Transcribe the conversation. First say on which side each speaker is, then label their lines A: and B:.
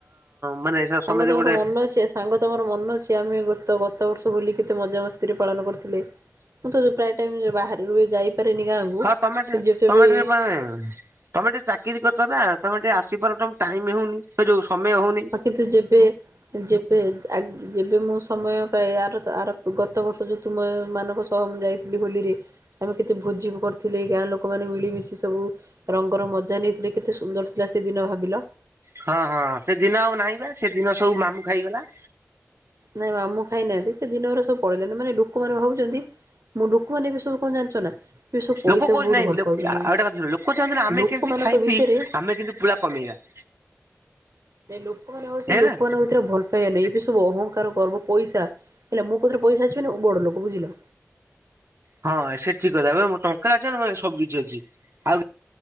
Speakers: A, on the right; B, on the right.
A: ମାନେ
B: ସାଙ୍ଗ
A: ସମସ୍ତେ
B: ତମର
A: ଗୋଟେ
B: ମନ ଅଛି <unintelligible> ସାଙ୍ଗ ତମର ମନ ଅଛି ଆମେ ଗତ-ଗତ ବର୍ଷ ହୋଲି କେତେ ମଜା ମସ୍ତିରେ ପାଳନ କରିଥିଲେ? ମୁଁ ତ ଯୋଉ ପ୍ରାୟ ଟାଇମ୍ ବାହାରୁ ବି ଯାଇପାରେନି ଗାଁକୁ।
A: ହଁ ତମେ ଟିକେ
B: ଯେବେ
A: ତମେ
B: ବି
A: ଟିକେ <unintelligible> ତମେ ଟିକେ ଚାକିରି କରିଚ ନା ତମେ ଟିକେ ଆସିବାର ତମ ଟାଇମ୍ ହଉନି, ସେ ଯୋଉ ସମୟ ହଉନ।
B: ଆଉ କିନ୍ତୁ ଯେବେ ଯେବେ ଆ ଯେବେ ମୁଁ ସମୟ ପାଏ, ଆର ତ ଆର ଗତ ବର୍ଷ ଯୋଉ ତୁମ ମାନଙ୍କ ସହ ମୁଁ ଯାଇ ହୋଲିରେ ଆମେ କେତେ ଭୋଜି କରିଥିଲେ ଗାଁ ଲୋକମାନେ ମିଳିମିଶି ସବୁ ରଙ୍ଗର ମଜା ନେଇଥିଲେ, କେତେ ସୁନ୍ଦର ଥିଲା ସେଦିନ ଭାବିଲ।
A: ହଁ-ହଁ ସେଦିନ ଆଉ ନାହିଁ ବା ସେଦିନ ସବୁ ମାମୁଁ ଖାଇଗଲା।
B: ନାଇଁ ମାମୁଁ ଖାଇନାହାନ୍ତି ସେ ଦିନ ଗୁରା ସବୁ ପଳେଇଲାଣି, ମାନେ ଲୋକ ମାନେ ଭାବୁଚନ୍ତି ମୁଁ <unintelligible> ଏବେ ସବୁ କଣ ଜାଣିଚ ନା ଏବେ ସବୁ ପଇସାକୁ
A: ଲୋକ କହୁଚନ୍ତି
B: ବହୁତ ଭଲ
A: ନାଇଁ
B: ପାଉଛନ୍ତି
A: ଆଉ ଗଟେ କଥା ଲୋକ ଚାହୁଁଚନ୍ତି ଆମେ
B: ଲୋକମାନଙ୍କ
A: କେମ୍ତି ଖାଇ
B: ଭିତରେ
A: ପିଇ ଆମେ କିନ୍ତୁ ପୁଳା କମେଇବା।
B: ନାଇଁ ଲୋକମାନେ <unintelligible>
A: ହେଲା
B: ଲୋକ ମନଙ୍କ ଭିତରେ ଭଲ। <unintelligible> ଏବେ ସବୁ ଅହଙ୍କାର ଗର୍ବ ପଇସା ହେଲା, ମୋ କତିରେ ପଇସା ଅଛି ମାନେ ମୁଁ ବଡ ଲୋକ ବୁଝିଲ।
A: ହଁ ସେଟା ଠିକ୍ କଥା <unintelligible> ଟଙ୍କା ଅଛି ମାନେ ସବୁ କିଛି ଅଛି। ଆଉ